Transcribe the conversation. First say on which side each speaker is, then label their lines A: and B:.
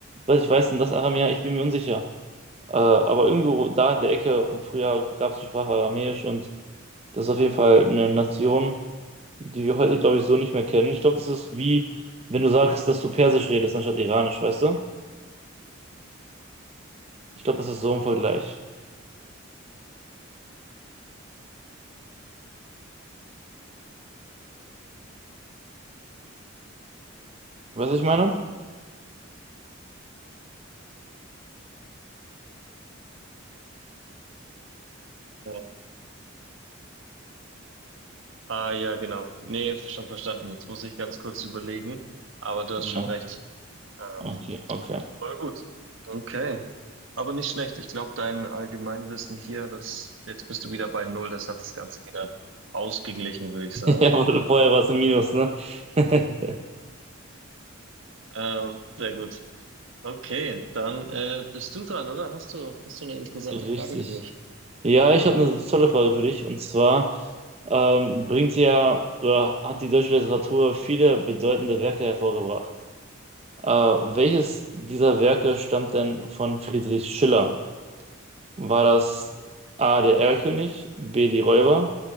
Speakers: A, on the right; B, on the right.
A: was ich weiß, denn das Aramäer, ich bin mir unsicher. Äh, aber irgendwo da in der Ecke, und früher gab es die Sprache Aramäisch und das ist auf jeden Fall eine Nation, die wir heute, glaube ich, so nicht mehr kennen. Ich glaube, das ist wie, wenn du sagst, dass du Persisch redest anstatt Iranisch, weißt du? Ich glaube, das ist so ein Vergleich. Weißt du, was ich meine?
B: Ja. Ah ja, genau. Nee, schon verstanden. Jetzt muss ich ganz kurz überlegen. Aber du
A: Ja,
B: hast schon recht. Ähm,
A: okay, okay.
B: Voll gut. Okay. Aber nicht schlecht. Ich glaube, dein Allgemeinwissen hier, das, jetzt bist du wieder bei Null. Das hat das Ganze wieder ausgeglichen, würde ich
A: <laughs>
B: sagen.
A: Ja, aber vorher war es ein Minus, ne? <laughs>
B: Ähm, sehr gut. Okay, dann äh, bist du dran, oder? Hast du, hast du eine interessante
A: Richtig.
B: Frage für mich?
A: Ja, ich habe eine tolle Frage für dich. Und zwar ähm, bringt ja oder hat die deutsche Literatur viele bedeutende Werke hervorgebracht. Äh, welches dieser Werke stammt denn von Friedrich Schiller? War das A. der Erlkönig, B. die Räuber,